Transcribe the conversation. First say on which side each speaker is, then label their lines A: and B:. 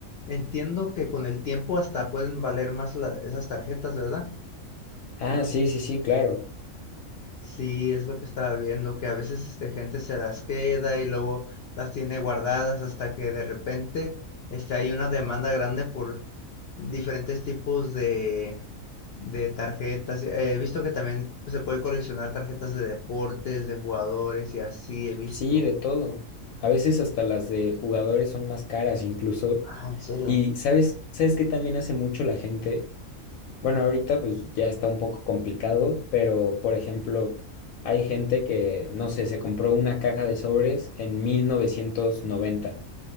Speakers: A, on the left (about 60°); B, on the left (about 90°).
A: Entiendo que con el tiempo hasta pueden valer más la- esas tarjetas, ¿verdad?
B: Ah, sí, sí, sí, claro.
A: Sí, es lo que estaba viendo, que a veces este, gente se las queda y luego las tiene guardadas hasta que de repente este, hay una demanda grande por diferentes tipos de, de tarjetas. He visto que también se puede coleccionar tarjetas de deportes, de jugadores y así he visto.
B: Sí, de todo. A veces hasta las de jugadores son más caras incluso.
A: Ah, ¿en serio?
B: Y sabes, sabes que también hace mucho la gente. Bueno, ahorita pues ya está un poco complicado, pero por ejemplo, hay gente que, no sé, se compró una caja de sobres en mil
A: Ujú.
B: novecientos noventa